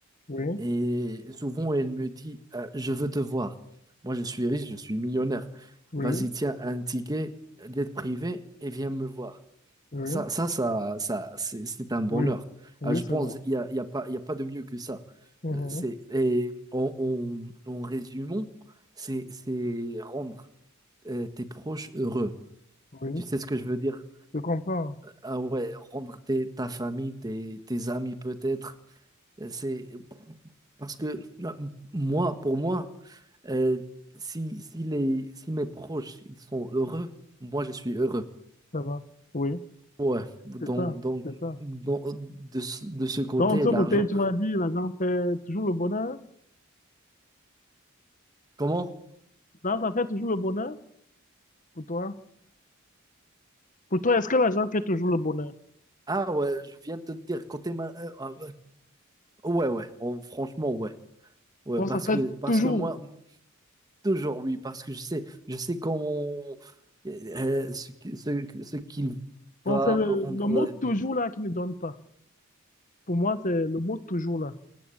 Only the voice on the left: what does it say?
Oui,
oui,
oui,
oui, oui,
c'est
bon.
Mhm.
Oui,
je comprends,
ça va. Oui,
c'est ça,
c'est ça.
Donc, de
ce côté, tu m'as dit, l'argent fait toujours le bonheur.
Donc, ça fait toujours le bonheur pour toi. Pour toi, est-ce que l'argent fait toujours le bonheur?
Bon,
ça fait
toujours.
Bon,
c'est le,
le mot toujours là qui ne donne pas. Pour moi, c'est le mot toujours là.